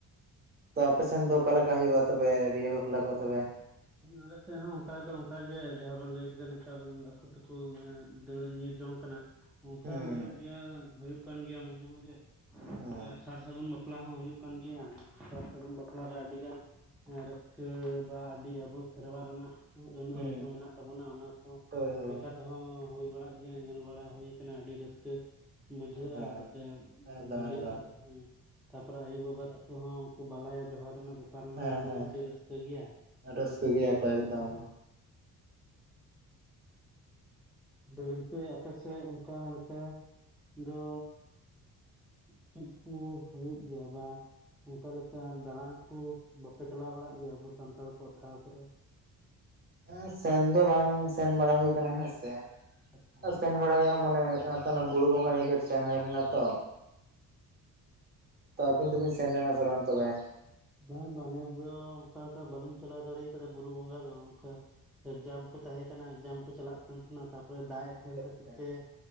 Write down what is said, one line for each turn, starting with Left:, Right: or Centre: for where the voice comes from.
Right: ᱛᱚ ᱟᱯᱮᱥᱮᱱ ᱫᱚ ᱚᱠᱟ ᱞᱮᱠᱟ ᱦᱩᱭᱩᱜ-ᱟ ᱛᱚᱵᱮ ᱵᱤᱦᱟᱹ ᱵᱟᱯᱞᱟ ᱠᱚ ᱛᱚᱵᱮ?
Centre: ᱟᱞᱮ ᱥᱮᱜ ᱦᱚᱸ ᱚᱱᱠᱟ ᱫᱚ ᱚᱱᱠᱟ ᱜᱮ, ᱡᱟᱦᱟᱸ ᱵᱮᱱ ᱞᱟᱹᱭ ᱠᱮᱫᱟ ᱱᱮᱛᱟᱨ ᱫᱚ ᱟᱠᱩ ᱛᱮᱠᱚ ᱫᱟᱹᱲ ᱧᱤᱨ ᱡᱚᱝ ᱠᱟᱱᱟ᱾ ᱚᱱᱠᱟ
Right: ᱦᱩᱸ
Centre: ᱦᱚᱸ ᱦᱩᱭᱩᱜ ᱜᱮᱭᱟ, ᱦᱩᱭᱩᱜ ᱠᱟᱱ ᱜᱮᱭᱟ ᱢᱟᱡᱷᱮ ᱢᱟᱡᱷᱮ᱾
Right: <inaudible>
Centre: ᱟᱨ ᱥᱟᱨ ᱥᱟᱹᱜᱩᱱ ᱵᱟᱯᱞᱟ ᱦᱚᱸ ᱦᱩᱭᱩᱜ ᱠᱟᱱ ᱜᱮᱭᱟ᱾ ᱥᱟᱨ ᱥᱟᱹᱜᱩᱱ ᱵᱟᱯᱞᱟ ᱨᱮ ᱟᱹᱰᱤᱜᱟᱱ ᱨᱟᱹᱥᱠᱟᱹ ᱵᱟ ᱟᱹᱰᱤ ᱟᱵᱚ ᱥᱮᱨᱣᱟ ᱨᱮᱱᱟᱜ ᱟᱹᱱ
Right: ᱦᱩᱸ
Centre: ᱟᱹᱨᱤ ᱠᱚ ᱢᱮᱱᱟᱜ ᱛᱟᱵᱚᱱᱟ ᱚᱱᱟ ᱠᱚ
Right: ᱦᱳᱭ ᱦᱳᱭ
Centre: ᱞᱮᱠᱟ ᱛᱮᱦᱚᱸ ᱦᱩᱭ ᱵᱟᱲᱟᱜ ᱜᱮᱭᱟ ᱧᱮᱞ ᱵᱟᱲᱟ ᱦᱩᱭ ᱠᱟᱱᱟ ᱟᱹᱰᱤ ᱨᱟᱹᱥᱠᱟᱹ ᱵᱩᱡᱷᱟᱹᱜ-ᱟ
Right: ᱦᱮᱸ
Centre: ᱚᱱᱛᱮ
Right: ᱮᱠᱫᱚᱢ
Centre: ᱵᱟᱹᱨᱭᱟᱹᱛᱚᱜ
Right: ᱮᱠᱫᱚᱢ
Centre: ᱛᱟᱯᱚᱨᱮ ᱟᱭᱩ ᱵᱟᱵᱟ ᱛᱟᱠᱚ ᱦᱚᱸ ᱩᱱᱠᱩ ᱵᱟᱞᱟᱭᱟ ᱡᱚᱦᱟᱨ ᱨᱮᱱᱟᱜ ᱵᱮᱯᱟᱨ ᱢᱮᱱᱟᱜᱼᱟ,
Right: ᱦᱮᱸ
Centre: ᱚᱱᱟ
Right: ᱦᱮᱸ
Centre: ᱦᱚᱸ ᱟᱹᱰᱤ ᱨᱟᱹᱥᱠᱟᱹ ᱜᱮᱭᱟ᱾
Right: ᱨᱟᱹᱥᱠᱟᱹ ᱜᱮᱭᱟ ᱠᱚ ᱮᱠᱫᱚᱢ᱾
Centre: ᱦᱮᱸ ᱜᱚᱝᱠᱮ ᱟᱯᱮ ᱥᱮᱫ ᱚᱱᱠᱟ ᱞᱮᱠᱟ ᱫᱚ ᱪᱮᱫ ᱠᱚ ᱦᱩᱭᱩᱜ ᱜᱮᱭᱟ ᱵᱟ ᱚᱱᱠᱟ ᱞᱮᱠᱟ ᱫᱟᱬᱟᱱ ᱠᱚ ᱵᱟᱯᱮ ᱪᱟᱞᱟᱣ ᱵᱟᱲᱟᱜ ᱜᱮᱭᱟ ᱟᱵᱚ ᱥᱟᱱᱛᱟᱲ ᱠᱚ ᱴᱷᱟᱶ ᱠᱚᱨᱮ᱾
Right: ᱦᱮᱸ ᱥᱮᱱ ᱫᱚ ᱵᱟᱝ ᱥᱮᱱ ᱵᱟᱲᱟ ᱦᱩᱭ ᱠᱟᱱᱟ ᱦᱮᱸ ᱥᱮ᱾
Centre: ᱟᱪᱷᱟ᱾
Right: ᱥᱮᱱ ᱵᱟᱲᱟᱭ ᱦᱩᱭᱩᱜᱼᱟ ᱢᱚᱱᱮ ᱦᱩᱭᱩᱜ ᱠᱟᱱᱟ ᱛᱚ ᱚᱱᱟ ᱵᱩᱨᱩ ᱵᱚᱸᱜᱟ ᱱᱤᱡᱮ ᱥᱮᱱ ᱦᱩᱭ ᱞᱮᱱᱟ ᱛᱚ᱾ ᱛᱚ ᱟᱹᱵᱤᱱ ᱫᱚᱵᱤᱱ ᱥᱮᱱ ᱞᱮᱱᱟ ᱥᱮ ᱵᱟᱝ ᱛᱚᱵᱮ?
Centre: ᱵᱟᱝ-ᱵᱟᱝ ᱱᱮᱥ ᱫᱚ ᱚᱱᱠᱟ ᱞᱮᱠᱟ ᱵᱟᱹᱞᱤᱧ ᱪᱟᱞᱟᱣ ᱫᱟᱲᱮ ᱟᱠᱟᱫᱟ ᱵᱩᱨᱩ ᱵᱚᱸᱜᱟ ᱫᱚ᱾ ᱮᱠᱡᱟᱢ ᱠᱚ ᱛᱟᱦᱮᱸ ᱠᱟᱱᱟ ᱮᱠᱡᱟᱢ ᱠᱚ ᱪᱟᱞᱟᱜ ᱠᱟᱱ ᱛᱟᱦᱮᱱᱟ ᱛᱟᱯᱚᱨᱮ ᱫᱟᱜ ᱮᱫ
Right: ᱟᱪᱪᱷᱟ
Centre: ᱛᱟᱦᱮᱱ ᱠᱷᱟᱹᱛᱤᱨ
Right: ᱟᱪᱪᱷᱟ
Centre: ᱛᱮ